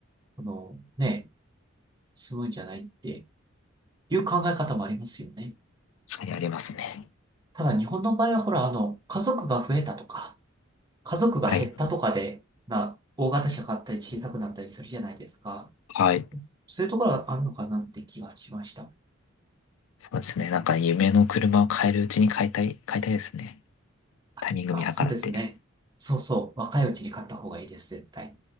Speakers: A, on the right; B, on the left.
A: あの、ね、済むんじゃないっていう考え方もありますよね。
B: 確かにありますね。
A: ただ日本の場合はほら、あの、家族が増えたとか、家族が減ったとかで、
B: はい。
A: な、大型車買ったり小さくなったりするじゃないですか。
B: はい。
A: そういうところがあるのかなって気がしました。
B: そうですね。なんか夢の車を買えるうちに買いたい、買いたいですね。
A: あ、
B: タイミング見計らって。
A: そっか、そうですね。そうそう、若いうちに買った方がいいです、絶対。